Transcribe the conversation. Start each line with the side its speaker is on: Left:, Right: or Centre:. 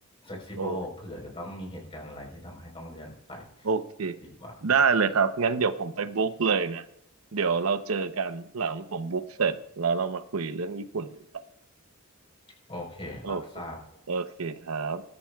Left: flexible
Right: โอเค
Left: เผื่อจะต้องมีเหตุการณ์อะไรที่ทำให้ต้องเลื่อนออกไป
Right: โอเค
Left: ดีกว่า
Right: ได้เลยครับงั้นเดี๋ยวผมไปบุ๊กเลยนะเดี๋ยวเราเจอกันหลังผมบุ๊กเสร็จแล้วเรามาคุยเรื่องญี่ปุ่นกันต่อ
Left: โอเครับทราบ
Right: โอเคโอเคครับ